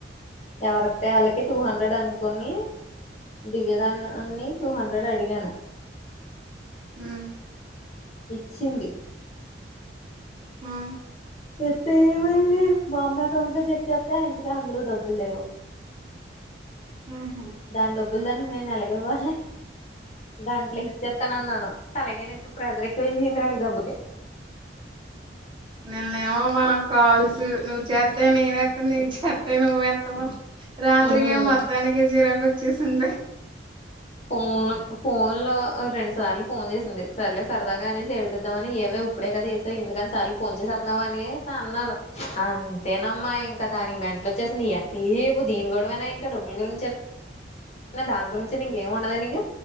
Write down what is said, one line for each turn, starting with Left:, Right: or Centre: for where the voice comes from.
Left: ఎవరిత్తే వాళ్ళకి టూ హండ్రెడ్ అనుకని దివ్యధనాన్ని టూ హండ్రెడ్ అడిగాను
Right: హ్మ్
Left: ఇచ్చింది
Right: ఆ!
Left: ఇస్తే ఏమైంది మా అమ్మ అకౌంట్ లో చెక్ చేత్తే ఇంతకీ అందులో డబ్బులు లేవు
Right: ఆ
Left: దాని డబ్బులు దానికి నేను ఎలాగివ్వాలి గంటలో ఇచ్చేత్తనన్నాను తలకాయ నొప్పి ప్రెజర్ ఎక్కువ అయిపోయింది నాకు దెబ్బకి
Right: నిన్న ఏమో మనం కాల్సు నువ్వు చేత్ తే నేను ఎత్తాను నేన్ చెత్త నువ్వెత్తావు రాత్రికి
Left: ఇం
Right: ఏం మొత్తానికి చిరాకు వచ్చేసింది
Left: ఫోన్ ఫోన్లో ఓ రెండు సార్లు ఫోన్ చేసింది సర్లే సరదాగా అనేసి ఏడ్పిద్దామని, ఏవే విప్పుడే కద చేశావ్ ఎందుకు అన్ని సార్లు ఫోన్ చేసావ్ చేత్నావ్ అనేసి అన్నాను అంతేనమ్మా ఇంకా దానికి మెంటల్ వచ్చేసింది, ఎంతసేపు దీని గొడవైనా ఇంకా డబ్బుల గురించి దాని గురించేనా ఇంక ఏం ఉండదా నీకు